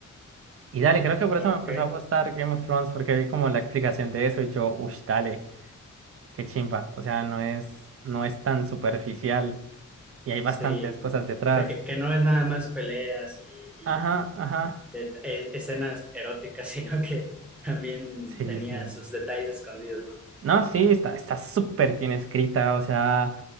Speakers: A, on the right; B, in the centre.
A: Y dale, creo que por
B: Ok,
A: eso me empezó a gustar Game of Thrones, porque vi como la explicación de eso y yo, uff, dale, qué chimba. O sea, no es, no es tan superficial y hay bastantes
B: sí.
A: cosas detrás.
B: O sea, que, que no es nada más peleas y, y
A: Ajá, ajá.
B: de- eh, escenas eróticas, <laughs> sino que también
A: Sí,
B: tenía
A: sí.
B: sus detalles escondidos, ¿no?
A: No, sí, está, está súper bien escrita, o sea.